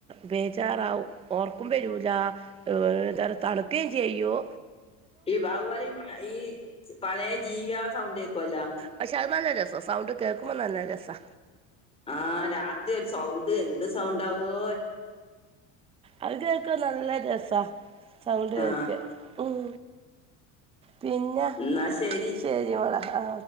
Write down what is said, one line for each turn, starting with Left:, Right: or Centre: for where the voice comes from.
Right: ബേജാ ഇതാവും ഉറക്കം വരൂല എന്ത തണുക്കുകയും ചെയ്യും
Left: ഈ ബാവുവാല ഈ പഴയ ജീവികള സൗണ്ട്ക്കെക്കുല്ല
Right: പക്ഷെ അത് നല്ല രസം സൗണ്ട് കേൾക്കുമ്പോ നല്ല രസാ
Left: ആ രാത്രി ഒരു സൗണ്ട് എന്ത് സൗണ്ട് ആവോ
Right: അത് കേൾക്ക നല്ല രസാ സൗണ്ട് കേൾക്ക
Left: ആ
Right: ഉം പിന്നെ
Left: എന്നാ ശരി
Right: ശെരി മോളേ ആ